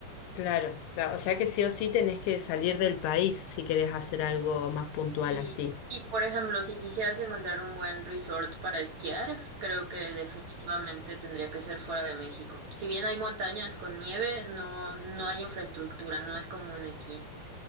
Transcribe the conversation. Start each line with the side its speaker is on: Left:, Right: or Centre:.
Left: claro, claro. O sea que sí o sí tenés que salir del país si querés hacer algo más puntual
Right: Y,
Left: así.
Right: y por ejemplo, si quisieras encontrar un buen resort para esquiar, creo que definitivamente tendría que ser fuera de México. Si bien hay montañas con nieve, no, no hay infraestructura, no es común aquí.